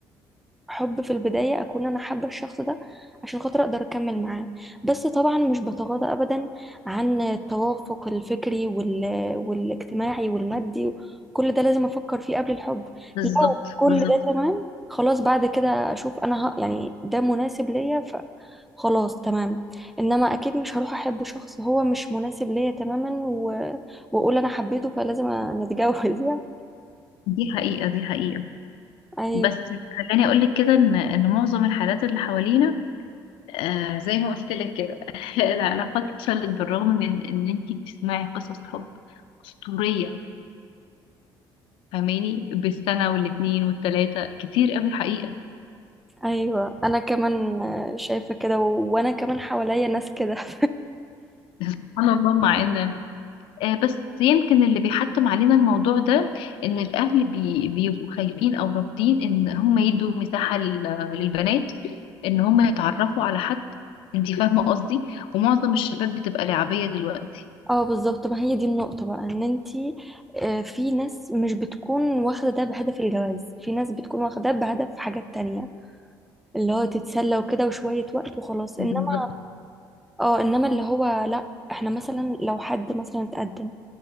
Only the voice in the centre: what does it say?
حب في البداية أكون أنا حابة الشخص ده عشان خاطر أقدر أكمل معاه بس طبعا مش بتغاضى أبدا عن التوافق الفكري وال... والاجتماعي والمادي كل ده لازم أفكر فيه قبل الحب
لو كل
ده تمام خلاص بعد كده أشوف أنا ه... يعني ده مناسب ليا ف خلاص تمام انما اكيد مش هروح احب شخص هو مش مناسب ليا تماما و... واقول انا حبيته فلازم نتجوز يعني
أيوه
ايوه انا كمان آه، شايفه كده و... وانا كمان حواليا ناس كده <laughs>
اه بالظبط ما هي دي النقطه بقى ان انتي آه، في ناس مش بتكون واخده ده بهدف الجواز في ناس بتكون واخده ده بهدف حاجات تانية اللي هو تتسلى وكده وشويه وقت وخلاص انما
اه انما اللي هو لا احنا مثلا لو حد مثلا اتقدم